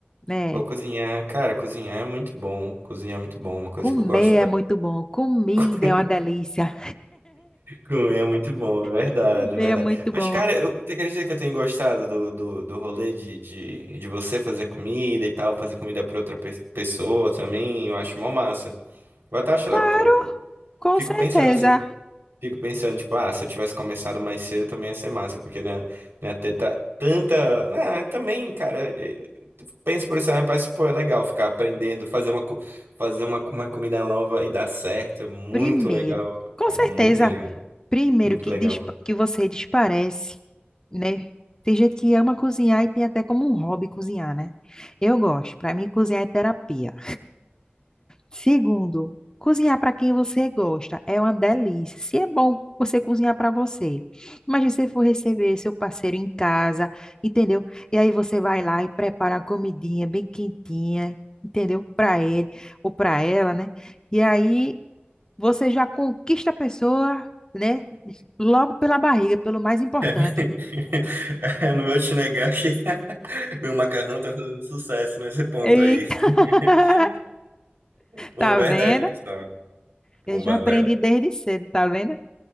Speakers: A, on the left (about 20°); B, on the right (about 75°).
A: né?
B: Pô, cozinhar, cara, cozinhar é muito bom. Cozinhar é muito bom, uma coisa
A: Comer
B: que eu gosto
A: é muito bom. Comida
B: <laughs>
A: é uma delícia.
B: Comer é muito bom, é verdade,
A: <laughs> Comer
B: é verdade.
A: é muito
B: Mas,
A: bom.
B: cara, eu, você acredita que eu tenho gostado do, do, do rolê de, de, de você fazer comida e tal, fazer comida pra outra pe- pessoa também? Eu acho mó massa. Eu até acho,
A: Claro,
B: le- pô, eu
A: com
B: fico
A: certeza.
B: pensando assim, fico pensando, tipo, ah, se eu tivesse começado mais cedo também ia ser massa, porque, né, né, ter ta- tanta. Né, também, cara penso por isso, né? Parece, pô, é legal ficar aprendendo, fazer uma, co- fazer uma, uma comida nova e dar certo. É muito
A: Primeiro,
B: legal,
A: com
B: cara.
A: certeza,
B: Muito legal.
A: primeiro
B: Muito
A: que,
B: legal.
A: dispa- que você desparece, né? Tem gente que ama cozinhar e tem até como um hobby cozinhar, né? Eu gosto, para mim cozinhar é terapia. Segundo, cozinhar para quem você gosta é uma delícia. Se é bom você cozinhar para você, imagina se você for receber seu parceiro em casa, entendeu? E aí você vai lá e prepara uma comidinha bem quentinha, entendeu? Para ele ou para ela, né? E aí você já conquista a pessoa, né? Logo pela barriga, pelo mais importante.
B: <laughs> Eu não vou te negar que <laughs> meu macarrão tá fazendo sucesso nesse ponto
A: Eita!
B: aí.
A: <laughs>
B: <laughs> Pô,
A: Tá
B: verdade
A: vendo?
B: que está. Pô,
A: Eu já
B: Bárbara.
A: aprendi desde cedo, tá vendo?